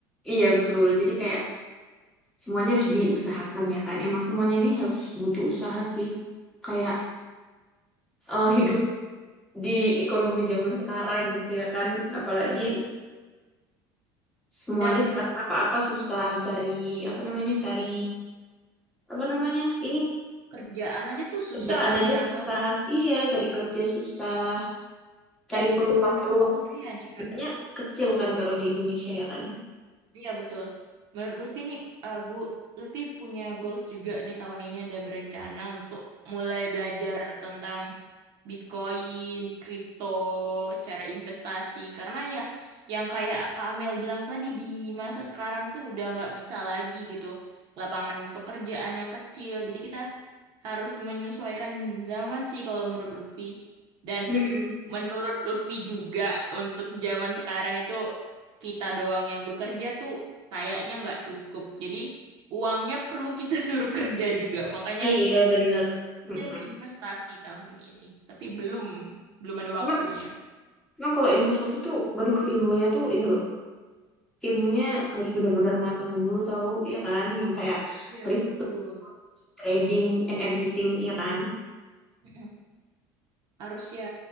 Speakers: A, in the centre; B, on the right.
A: Iya betul. Jadi kayak semuanya harus diusahakan ya kan. Emang semuanya ini harus butuh usaha sih. Kayak eh, hidup di ekonomi zaman sekarang gitu ya kan.
B: Iya
A: Apalagi
B: betul.
A: semuanya
B: Dan
A: sekarang apa-apa susah cari apa namanya cari apa namanya ini
B: kerjaan aja tuh susah
A: kerjaan
B: gak
A: aja
B: sih Kak
A: susah.
B: Amel?
A: Iya, cari kerja susah. Cari
B: Dan
A: peluang-peluang
B: menurut Putri ya nih
A: sebenarnya
B: Kak,
A: kecil kan kalau di Indonesia ya kan.
B: Iya betul. Menurut Lutfi nih, eh, gu- Lutfi punya goals juga nih tahun ini ada berencana untuk mulai belajar tentang Bitcoin, kripto, cara investasi. Karena ya, yang kayak Kak Amel bilang tadi di masa sekarang tuh udah nggak bisa lagi gitu. Lapangan pekerjaannya kecil, jadi kita harus menyesuaikan zaman sih kalau menurut Lutfi. Dan
A: Mm-mm.
B: Menurut Lutfi juga untuk zaman sekarang itu kita doang yang bekerja tuh kayaknya nggak cukup. Jadi uangnya perlu kita <laughs> suruh kerja juga. Makanya
A: Iya bener.
B: kejar
A: Mm-mm.
B: investasi tahun ini. Tapi belum, belum ada
A: Cuman,
B: waktunya.
A: cuman kalau investasi tuh, waduh ilmunya tuh ini loh. ilmunya harus benar-benar matang dulu tahu iya kan yang kayak
B: Iya,
A: crypto
B: betul.
A: trading and everything iya kan
B: Mm-mm. Harusnya